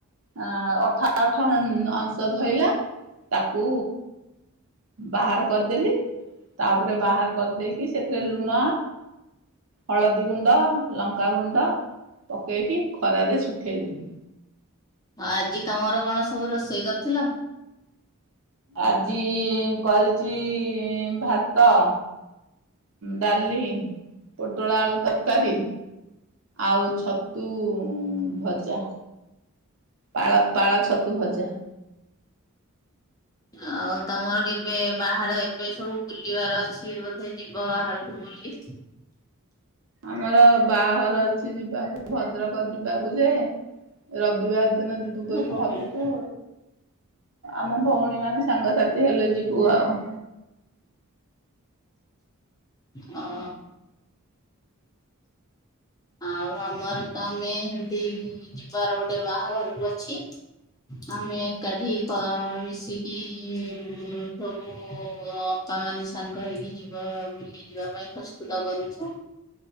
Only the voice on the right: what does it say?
ଅ ଅଠା ଅଠା ଅଂଶ ଧଇଲା। ତାକୁ ବାହାର କରିଦେଲି ତାପରେ ବାହାର କରିଦେଇକି ସେଥିରେ ଲୁଣ, ହଳଦୀ ଗୁଣ୍ଡ, ଲଙ୍କା ଗୁଣ୍ଡ ପକେଇକି ଖରାରେ ଶୁଖେଇଦେଲି।
ଆଜି କରିଛି ଭାତ ଡାଲି, ପୋଟଳ ଆଳୁ ତରକାରୀ ଆଉ ଛତୁ ଭଜା। ପାଳ ପାଳ ଛତୁ ଭଜା।
ଆମର ବାହାଘର ଅଛି ଯିବାକୁ ଭଦ୍ରକ ଯିବାକୁ ଯେ ରବିବାର ଦିନ ଯିବ ତୁ ବୋଲି
ଭାବୁଛୁ
ଆମ ଭଉଣୀ ମାନେ ସାଙ୍ଗସାଥି ହେଲେ ଯିବୁ ଆଉ।